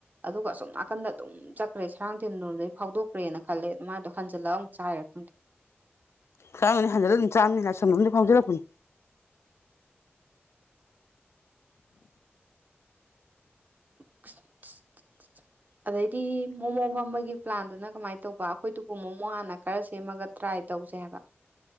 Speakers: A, on the right (about 40°); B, on the left (about 75°).
A: ꯑꯗꯨꯒ ꯑꯁꯣꯝ ꯅꯥꯀꯟꯗ ꯑꯗꯨꯝ ꯆꯠ꯭ꯔꯦ ꯁꯔꯥꯡꯊꯦꯝ ꯂꯣꯝꯗꯩ ꯐꯥꯎꯗꯣꯛ꯭ꯔꯦꯅ ꯈꯜꯂꯦ ꯑꯗꯨꯃꯥꯏ ꯗꯣ ꯍꯟꯖꯜꯂꯒ ꯑꯃꯨ ꯆꯥꯏꯔꯥ ꯈꯪꯗꯦ
B: ꯆꯥꯔꯝꯅꯤ ꯍꯟꯖꯤꯂ ꯑꯃꯨꯛ ꯆꯝꯅꯤꯅ <unintelligible> ꯁꯝꯗꯤ ꯐꯥꯎꯖꯔꯛꯄꯅꯤ
A: <unintelligible> ꯑꯗꯩꯗꯤ ꯃꯣꯃꯣ ꯐꯝꯕꯒꯤ ꯄ꯭ꯂꯥꯟꯗꯨꯅ ꯀꯃꯥꯏꯅ ꯇꯧꯕ ꯑꯩꯈꯣꯏꯗꯨꯕꯨ ꯃꯣꯃꯣ ꯍꯥꯟꯅ ꯈꯔ ꯁꯦꯝꯃꯒ ꯇ꯭ꯔꯥꯏ ꯇꯧꯁꯦ ꯍꯥꯏꯕ